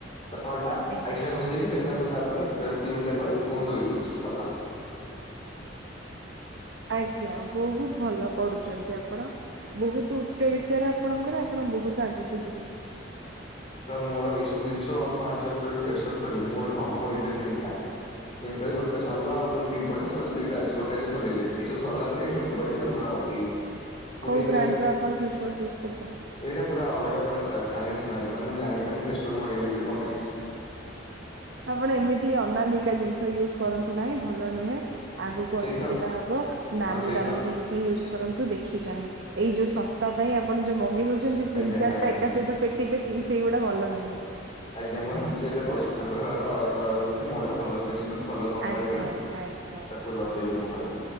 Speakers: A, on the left (about 30°); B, on the right (about 70°).
A: ତା ତଳଟା
B: ଆଜ୍ଞା
A: ଆଇସ୍ ଟା ଘଷ ଦେଇକି ଦେନ ତାକୁ ତାପରେ ଦି ମିଣ୍ଟି ପରେ ମୁହଁ ଧୋଇ ଦଉଚି ସରିଲା।
B: ଆଜ୍ଞା ବହୁତ ଭଲ କରୁଚନ୍ତି ଆପଣ। ବହୁତୁ ଉଚ୍ଚ ବିଚାର ଆପଣଙ୍କର ଆପଣ ବହୁତ ଆଗକୁ ଯିବେ।
A: ତ ମୋର ଏଇ ସବୁ ଜିନିଷ ମୁଁ ଆଜି ଆକ୍ଚୁଆଲି ଗୋଟେ ଫେସ ୱାସ ଖୋଲଲି ମୁଁ ଗୋଟେ କମ୍ବୋ ମଗେଇଥିଲି ତିନିଟା। ତିିନିଟାରୁ ଗୋଟେ ସରିଲା ଆଉ ମାନେ ଦି ଗୋଟେ ସରିଲା ଦିଇଟା ଅଛି ଗୋଟେ ଆଜି ଖୋଲିଲି। ଏଇ ସବୁ ସରିଲା ପରେ ଏଇଠୁ ଆଉ ଫୋପାଡ଼ିକି ଆଉ ନୂଆ ମଗେଇବି। ମୁଁ
B: କୋଉ
A: ଟିକେ
B: ବ୍ରାଣ୍ଡର
A: ଏବେ
B: ଆପଣ ଫେସୱାଶ ୟୁଜ୍ କରୁଛନ୍ତି?
A: ଏଇଟା ପୁରା ଅଲଗା ପୁରା ଚା ଚାଇନିସ୍ ବ୍ରାଣ୍ଡ ମାନେ ମୁଁ ଜା ଣିପାରିନି ମେସୋରୁ ମଗେଇ ଦେଇଥିଲି ମନ ଇଛା।
B: ଆପଣ ଏମିତି ଅନାମିକା ଜିନିଷ ୟୁଜ କରନ୍ତୁ ନାହିଁ ଭଲ ନୁହେଁ। ଆଗକୁ
A: ସେଇ
B: ଅସୁବିଧା
A: ତ
B: ହବ। ନାମୀ
A: ହଁ ସେଇ
B: ଦାମୀ
A: ତ
B: ଜିନିଷ ୟୁଜ କରନ୍ତୁ ଦେଖି ଚାହିଁ। ଏଇ ଯୋଉ ଶସ୍ତା ପାଇଁ ଆପଣ ଯୋଉ ମଗେଇ ଦଉଛନ୍ତି
A: ଆଜ୍ଞା
B: ତିନି ଚାରିଟା
A: ଆଜ୍ଞା।
B: ଏକା ସହିତ ପେ <unintelligible> ପେଟି ସେଇଗୁଡା ଭଲ ନୁହଁ।
A: ଆଜ୍ଞା, ମୁଁ ଭାବିଛି ଏବେ ପଇସା ସଂଗ୍ରହ <unintelligible> ମୁଁ ଗୋଟେ ଭଲ <unintelligible> ଭଲ କମ୍ପାନୀର
B: ଆଜ୍ଞା ଆଜ୍ଞା
A: ତାକୁ ଲଗେଇବି ମୁହଁରେ।